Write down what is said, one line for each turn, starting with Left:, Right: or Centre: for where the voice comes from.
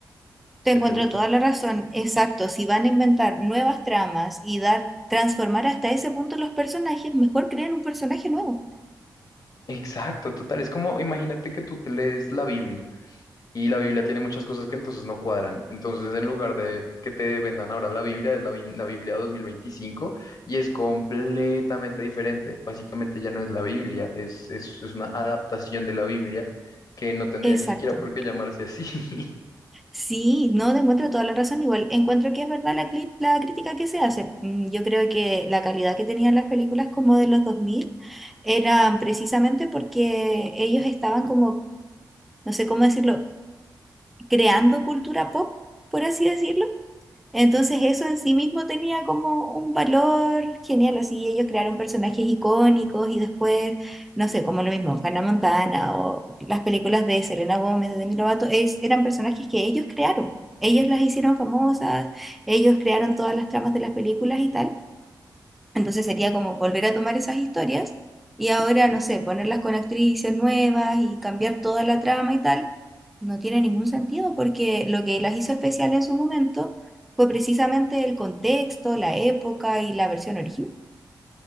Centre: Te
Left: siento
Centre: encuentro
Left: yo.
Centre: toda la razón. Exacto, si van a inventar nuevas tramas y dar, transformar hasta ese punto los personajes, mejor creen un personaje nuevo.
Left: Exacto, total. Es como, imagínate que tú te lees la Biblia. Y la Biblia tiene muchas cosas que entonces no cuadran. Entonces, en lugar de que te vendan ahora la Biblia, es la, Bi- la Biblia 2025 y es completamente diferente. Básicamente ya no es la Biblia, es, es, es una adaptación de la Biblia que no tendría
Centre: Exacto.
Left: ni siquiera por qué llamarse así. <laughs>
Centre: Sí, no te encuentro toda la razón. Igual encuentro que es verdad la, cli- la crítica que se hace. Mm, Yo creo que la calidad que tenían las películas como de los 2000 eran precisamente porque ellos estaban como, no sé cómo decirlo, creando cultura pop, por así decirlo. Entonces eso en sí mismo tenía como un valor genial, así ellos crearon personajes icónicos y después, no sé, como lo mismo, Hannah Montana o las películas de Selena Gómez, de Demi Lovato, es, eran personajes que ellos crearon, ellos las hicieron famosas, ellos crearon todas las tramas de las películas y tal. Entonces sería como volver a tomar esas historias y ahora, no sé, ponerlas con actrices nuevas y cambiar toda la trama y tal, no tiene ningún sentido porque lo que las hizo especial en su momento fue precisamente el contexto, la época y la versión original.